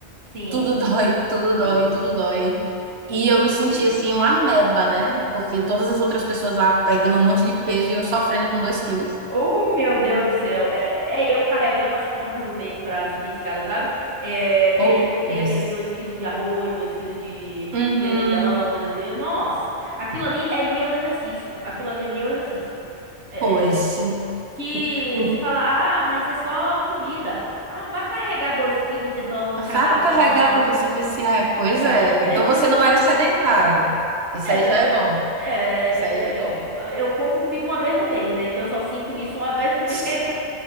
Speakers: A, on the right; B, on the right.
A: sim,
B: tudo <laughs> dói, tudo dói,
A: sim.
B: tudo dói. E
A: Meu
B: eu me senti
A: Deus.
B: assim, uma ameba, né? Porque todas as outras pessoas lá pegando um monte de peso e eu sofrendo com dois quilos.
A: Oh, meu Deus do céu. É, é é eu carregando as compras do mês pra subir a escada, sabe? É, que
B: Oh,
A: aí
B: Deus.
A: tem aqueles 2 quilos de arroz, 2 quilos de
B: Uhum.
A: feijão. Dois... eh, Nossa, aquilo ali é meu exercício. Aquilo ali é meu exercício. É,
B: Pois,
A: é, é,
B: em-
A: que
B: em-
A: você fala, ah, mas é só comida. Ah, vá carregar 2 quilos então em
B: vá
A: cada
B: carregar
A: mão.
B: para você ver se é. Pois
A: É,
B: é. Então
A: é tipo
B: você não
A: isso.
B: era sedentário Isso
A: É,
B: aí
A: be-
B: já é bom.
A: é,
B: Isso aí já é bom.
A: eu compro comida uma vez no mês, né? Então eu só sinto isso uma vez no <laughs> mês.
B: <laughs>